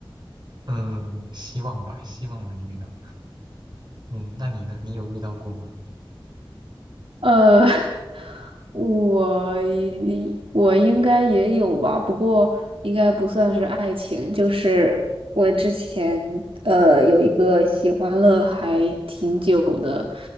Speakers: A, on the right; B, on the right.
A: 嗯，希望吧，希望能遇到。嗯，那你呢？你有遇到过吗？
B: 呃，<laughs> 我一我应该也有吧，不过应该不算是爱情，就是我之前呃有一个喜欢了还挺久的，